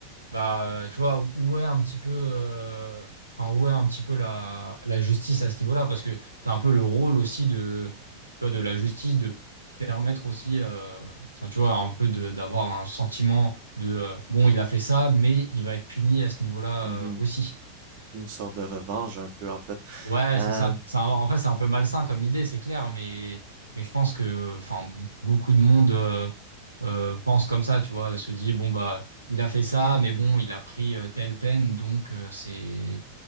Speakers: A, on the right; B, on the right.
A: bah, euh, tu vois, où est un petit peu, euh, enfin, où est un petit peu la, la justice à ce niveau-là? Parce que c'est un peu le rôle aussi de, tu vois, de la justice de permettre aussi, euh, enfin, tu vois, un peu de, d'avoir un sentiment de, euh, bon, il a fait ça, mais il va être puni à ce niveau-là,
B: Mhm.
A: euh, aussi.
B: Une sorte de revanche un peu en fait.
A: Ouais,
B: Euh,
A: c'est ça. C'est un- en fait, c'est un peu malsain comme idée, c'est clair, mais, mais je pense que enfin, beaucoup de monde euh, euh, pense comme ça, tu vois, se dit, bon, bah, il a fait ça, mais bon, il a pris euh, telle peine, donc euh, c'est,